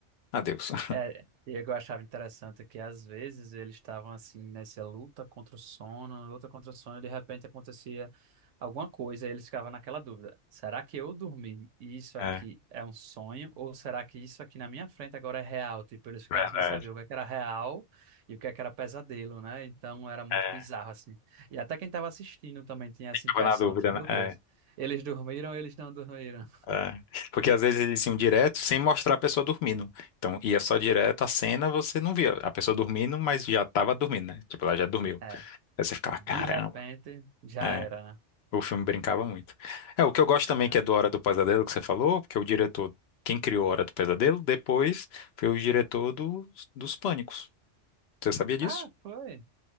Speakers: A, on the left; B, on the right.
A: adeus. <laughs>
B: É, e o que eu achava interessante é que às vezes eles estavam assim nessa luta contra o sono, luta contra o sono, e de repente acontecia alguma coisa, e eles ficavam naquela dúvida: será que eu dormi e isso aqui
A: É,
B: é um sonho, ou será que isso aqui na minha frente agora é real? Tipo, eles ficavam
A: verdade.
B: sem saber o que é que era real e o que é que era pesadelo, né? Então era muito
A: É,
B: bizarro assim. E até quem estava assistindo também tinha essa
A: ficava
B: impressão
A: na dúvida,
B: de, meu
A: né?
B: Deus,
A: É,
B: eles dormiram, eles não dormiram.
A: é. Porque às vezes eles iam direto sem mostrar a pessoa dormindo. Então ia só direto a cena, você não via a pessoa dormindo, mas já tava dormindo, né? Tipo, ela já dormiu.
B: É,
A: Aí você ficava,
B: de
A: caramba.
B: repente já
A: É.
B: era, né?
A: O filme brincava muito. É, o que eu gosto também
B: Ah.
A: que é do Hora do Pesadelo que você falou, porque o diretor, quem criou Hora do Pesadelo, depois foi o diretor dos, dos Pânicos. Você sabia disso?
B: Ah, foi.